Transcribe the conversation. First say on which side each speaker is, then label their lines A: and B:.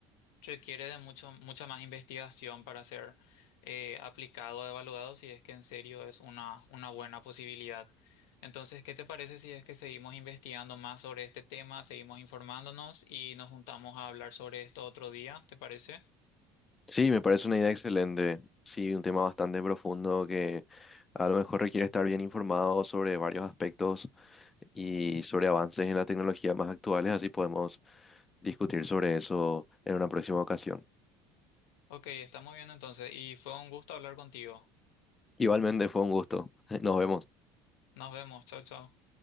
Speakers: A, on the left (about 80°); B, on the left (about 25°).
A: requiere de mucho, mucha más investigación para ser eh, aplicado o evaluado si es que en serio es una, una buena posibilidad. Entonces, ¿qué te parece si es que seguimos investigando más sobre este tema, seguimos informándonos y nos juntamos a hablar sobre esto otro día? ¿Te parece?
B: Sí, me parece una idea excelente, sí, un tema bastante profundo que a lo mejor requiere estar bien informado sobre varios aspectos y sobre avances en la tecnología más actuales, así podemos discutir sobre eso en una próxima ocasión.
A: Ok, está muy bien entonces y fue un gusto hablar contigo.
B: Igualmente fue un gusto, <laughs> nos vemos.
A: Nos vemos, chao, chao.